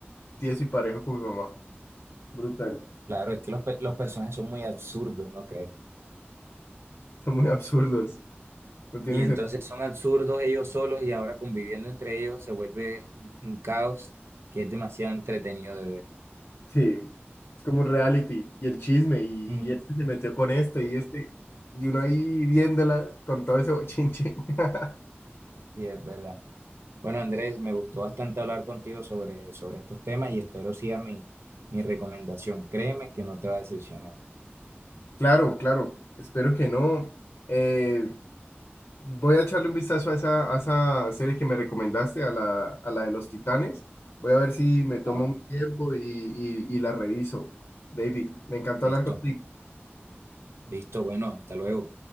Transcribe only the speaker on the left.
tieso y parejo con mi mamá. Brutal. <laughs>
Son muy absurdos. No tiene
sentido.
Sí. Es como un reality y el chisme y,
y este se metió con este y este. Y uno ahí viéndola con todo ese bochinche. <laughs>
Claro, claro. Espero que no. Eh, Voy a echarle un vistazo a esa, a esa serie que me recomendaste, a la, a la de los Titanes. Voy a ver si me tomo
un tiempo y, y- y la reviso. David, me encantó
hablar contigo.